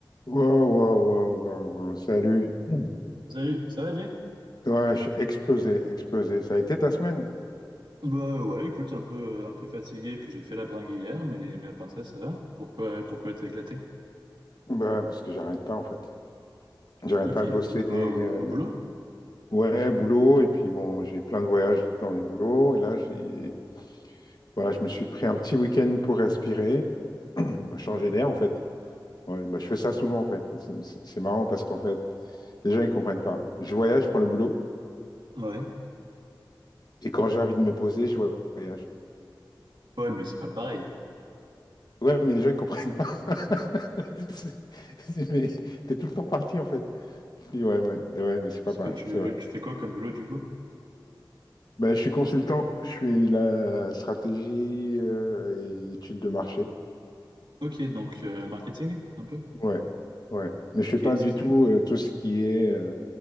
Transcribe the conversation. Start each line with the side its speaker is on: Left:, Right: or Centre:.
Left: Wow, wow, wow, wow, wow. Salut. Mm.
Right: Salut, ça va, Jay?
Left: Ouais, je suis explosé, explosé. Ça a été ta semaine?
Right: Bah ouais, écoute, un peu, un peu fatigué, puis j'ai fait la bringue hier, mais, mais à part ça, ça va? Pourquoi, pourquoi t'as éclaté?
Left: Bah, parce que j'arrête pas, en fait. J'arrête
Right: Ok,
Left: pas de bosser.
Right: ou quoi,
Left: euh,
Right: au, au boulot?
Left: ouais, boulot. Et puis, bon, j'ai plein de voyages dans mes boulots. Et là, j'ai, voilà, je me suis pris un petit week-end pour respirer, <clears throat> bah, changer
Right: Ouais,
Left: d'air, en fait. Ouais, bah, je fais ça souvent, en fait. C'est c'est- c'est marrant parce qu'en fait, les gens, ils comprennent pas. Je voyage pour le boulot.
Right: ouais.
Left: Et quand j'ai envie de me poser, je voyage.
Right: Ouais, mais c'est pas pareil.
Left: Ouais, mais les gens, ils comprennent
Right: Attends,
Left: pas. <laughs> C'est- c'est- Mais t'es tout le temps parti, en fait. Je dis, ouais, ouais, ouais, mais c'est pas
Right: parce
Left: pareil,
Right: que tu,
Left: c'est vrai.
Right: tu fais quoi comme boulot du coup?
Left: Ben, je suis consultant, je suis la stratégie euh, et études de marché.
Right: Ok, donc euh, marketing, un peu?
Left: Ouais, ouais. Mais je
Right: Ok,
Left: fais pas
Right: stylé.
Left: du tout euh, tout ce qui est. euh,